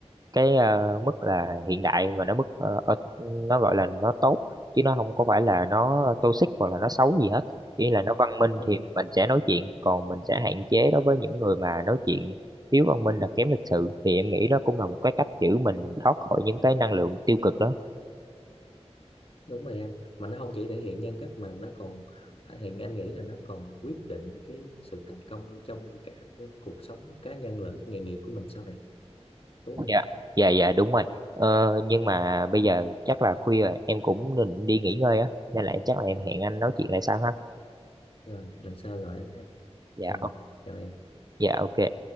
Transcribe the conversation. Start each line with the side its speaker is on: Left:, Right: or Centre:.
Right: cái ờ, mức là hiện đại và nó mức ờ, ờ, nó gọi là nó tốt chứ nó không có phải là nó toxic hoặc là nó xấu gì hết chỉ
Left: ừ.
Right: là nó văn minh
Left: Ừ.
Right: thì mình sẽ nói chuyện còn mình sẽ hạn chế đối với những người mà nói chuyện thiếu văn minh là kém lịch sự thì em nghĩ đó cũng là một cái cách giữ mình thoát khỏi những cái năng lượng tiêu cực đó
Left: đúng rồi em mà nó không chỉ thể hiện nhân cách mà nó còn thì anh nghĩ là nó còn quyết định cái sự thành công trong cả cái cuộc sống cá nhân lẫn nghề nghiệp của mình sau này đúng không em
Right: dạ dạ dạ đúng rồi ờ, nhưng mà bây giờ chắc là khuya rồi em cũng định đi nghỉ ngơi á nên là chắc là em hẹn anh nói chuyện lại sau ha
Left: rồi lần sau gọi anh ha
Right: dạ
Left: rồi
Right: ô-
Left: chào em
Right: dạ ok